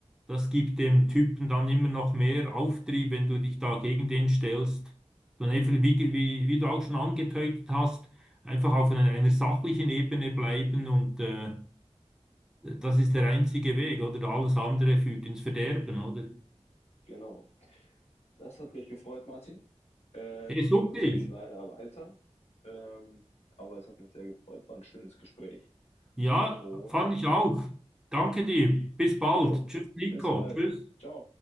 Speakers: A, in the centre; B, on the left (about 70°).
A: das gibt dem Typen dann immer noch mehr Auftrieb, wenn du dich da gegen den stellst. Dann einfach, wie, wie, wie du auch schon angetötet hast, einfach auf einer, einer sachlichen Ebene bleiben und äh, das ist der einzige Weg, oder? Alles andere führt ins Verderben, oder?
B: genau. Das hat mich gefreut, Martin. Ähm,
A: Hey, super.
B: ich muss jetzt leider weiter. Ähm, aber es hat mich sehr gefreut, war ein schönes Gespräch.
A: Ja,
B: Und
A: fand ich auch. Danke dir. Bis bald.
B: jo,
A: Tschüss, Nico.
B: bis bald.
A: Tschüss.
B: Ciao.